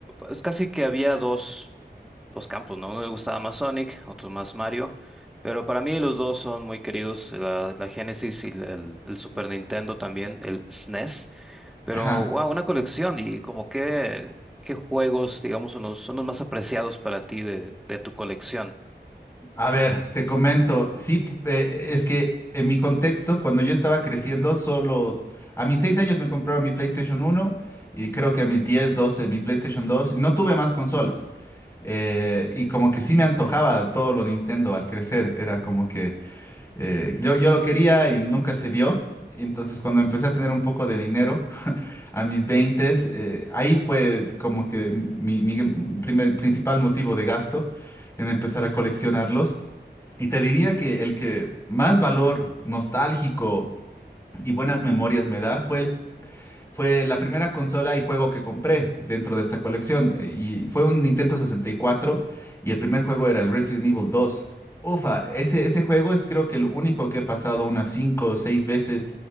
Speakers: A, in the centre; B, on the left.
A: es casi que había dos, dos campos, ¿no? Uno le gustaba más Sonic, otro más Mario, pero para mí los dos son muy queridos, la, la Genesis y la- el, el Super Nintendo también, el SNES, pero
B: Ajá.
A: wow, una colección y como que, qué juegos, digamos, son los, son los más apreciados para ti de, de tu colección.
B: A ver, te comento, sí, p- eh, eh, es que en mi contexto, cuando yo estaba creciendo, solo a mis seis años me compraron mi PlayStation uno y creo que a mis 10 12 mi PlayStation dos y no tuve más consolas. Eh, y como que sí me antojaba todo lo Nintendo al crecer, era como que eh, yo, yo lo quería y nunca se dio. Entonces cuando empecé a tener un poco de dinero, a mis 20, ahí fue como que mi, mi primer, principal motivo de gasto en empezar a coleccionarlos. Y te diría que el que más valor nostálgico y buenas memorias me da fue el fue la primera consola y juego que compré dentro de esta colección. eh, Y fue un Nintendo sesenta y cuatro y el primer juego era el Resident Evil dos. Ufa, ese, ese juego es creo que el único que he pasado unas 5 o 6 veces